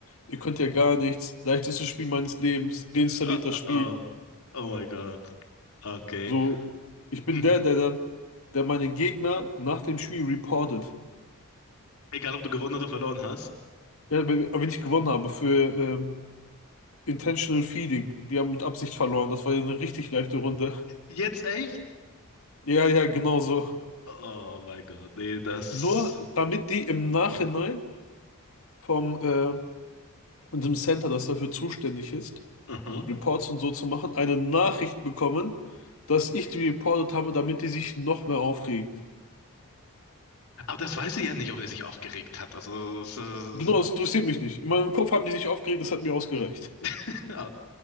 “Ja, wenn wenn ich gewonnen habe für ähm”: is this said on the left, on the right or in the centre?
Left